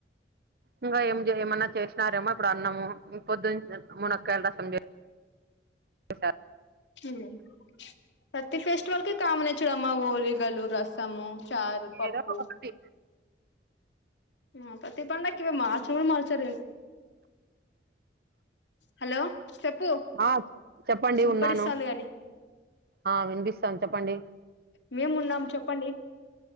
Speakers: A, on the right; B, on the left.
A: ఇంకా ఏం ఏమన్నా చేసినారేమో ఇప్పుడు అన్నాము పొద్దున్నే మునకాయల రసం చేశా
B: హమ్ ప్రతి ఫెస్టివల్ కి కామన్ చూడమ్మ హోళగలు ర సమో చారు పప్పు
A: ఏదో ఒకటి
B: ఆ ప్రతి పండగ మారచను కూడా మార్చారు హలో చెప్పు
A: ఆ చెప్పండి
B: వినపడిస్తాంది
A: ఉన్నాను
B: కాగాని
A: ఆ వినిపిస్తాంది చెప్పండి
B: మేమున్నాం చెప్పండి